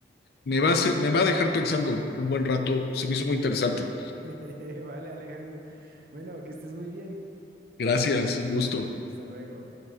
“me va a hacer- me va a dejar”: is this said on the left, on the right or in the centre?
Left